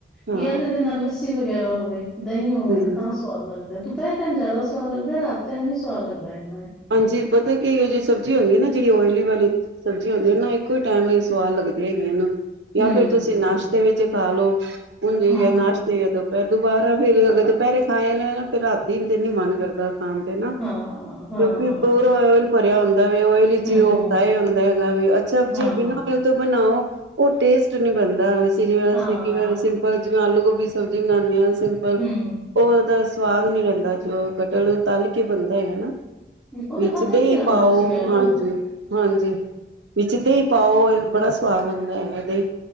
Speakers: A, on the right; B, in the centre.
A: ਹਾਂ
B: ਤੇ ਏਹਦੇ ਨਾਲ ਲੱਸੀ ਵਗੈਰਾ ਹੋਵੇ ਦਹੀਂ ਹੋਵੇ
A: ਹੂੰ
B: ਤਾਂ ਸਵਾਦ ਲੱਗਦਾ ਦੁੱ ਪਹਿਰ ਟਾਈਮਿਆਦਾ ਸੁਵਾਦ ਲੱਗਦਾ ਰਾਤ ਟਾਈਮ ਨੀ ਸੁਵਾਦ ਲੱਗਦਾ ਇਹਨਾ
A: ਹਾਂਜੀ ਪਤਾ ਕੀ ਇਹੋ ਜਿਹੀ ਸਬਜ਼ੀ ਹੁੰਦੀ ਨਾ ਜਿਹੜੀ ਓਇਲੀ ਵਾਲੀ ਸਬਜ਼ੀ ਹੁੰਦੀ ਨਾ ਇੱਕੋ ਹੀ ਟਾਈਮ ਸਵਾਦ ਲੱਗਦੀ ਹੈਗੀ ਇਹਨੂੰ
B: ਹੂੰ,
A: ਜਾਂ ਫੇਰ ਤੁਸੀਂ ਨਸ਼ਤੇ ਵਿੱਚ ਖਾ ਲਓ ਹੁਣ ਤੇ
B: ਹਾਂ,
A: ਨਾਸ਼ਤੇ ਇਹਦੇ ਫੇਰ ਦੁਬਾਰਾ ਫੇਰ, ਦੁਪਹਿਰੇ ਖਾਆ ਲੈਦੇ ਨਾ ਫਿਰ ਰਾਤੀ ਦਿਨ ਤੇ ਨਹੀ ਮਨ ਕਰਦਾ ਖਾਨ ਤੇ ਨਾ
B: ਹਾਂ, ਹਾਂ,
A: ਕਿਉਕਿ
B: ਹਾਂ,
A: ਪੂਰਾ ਓਇਲ ਭਰਿਆ ਹੁੰਦਾ ਓਇਲ ਵਿਚ
B: ਹੂੰ,
A: ਔਹ ਫਿਰਾਈ ਹੁੰਦਾ ਹੈਗਾ ਅੱਛਾ
B: ਹਾਂ,
A: ਜੇ ਬਿਨਾਂ ਓਇਲ ਤੋਂ ਬ ਉਹ ਟੇਸਟ ਨੀ ਬੰਦਾ ਜਿਵੇਂ
B: ਹਾਂ,
A: ਸਿੰਪਲ ਜਿਵੇਂ ਆਲੂ ਗੋਭੀ ਸਬਜ਼ੀ ਬਣਾਂਦੇ ਹਾਂ ਸਿੰਪਲ,
B: ਹੂੰ
A: ਔਰ ਦਸ ਸਵਾਦ ਨੀ ਰਹਿੰਦਾ ਜੋ ਕਟਲ ਤਲ ਕੇ ਬਣਦਾ ਹੈਗਾ
B: ਹੂੰ, ਉਹ ਤਾਂ
A: ਵਿੱਚ
B: ਖਾਧਾ
A: ਦਹੀਂ
B: ਹੀ ਨੀ ਜਾਂਦਾ
A: ਪਾਓ
B: ਤੁਸੀਂ ਕਹਿ ਲਓ
A: ਹਾਂਜੀ ਹਾਂਜੀ ਵਿੱਚ ਦਹੀਂ ਪਾਓ ਬੜਾ ਸੁਆਦ ਬੰਦਾ ਹੈਗਾ ਇਹ